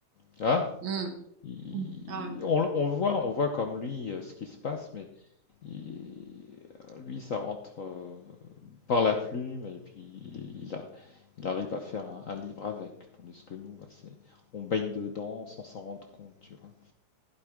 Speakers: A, on the left (about 55°); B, on the right (about 65°).
A: Tu vois?
B: Hmm.
A: Il-
B: Ah oui.
A: On, le- on le voit, on voit comme lui euh, ce qui se passe, mais il- lui, ça rentre. euh, par la plume et puis il, a, il arrive à faire un, un, livre avec. Tandis que nous, bah, c'est, on baigne dedans sans s'en rendre compte, tu vois.